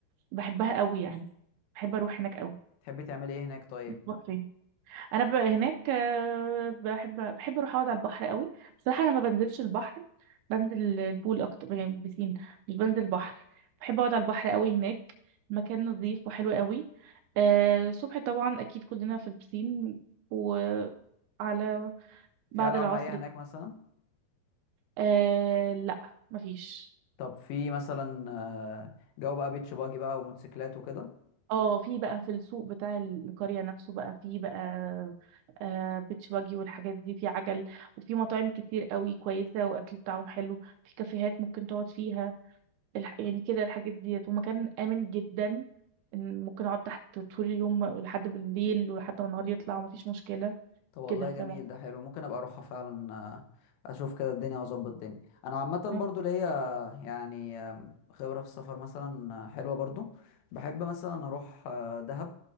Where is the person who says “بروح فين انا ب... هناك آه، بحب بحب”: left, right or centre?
Right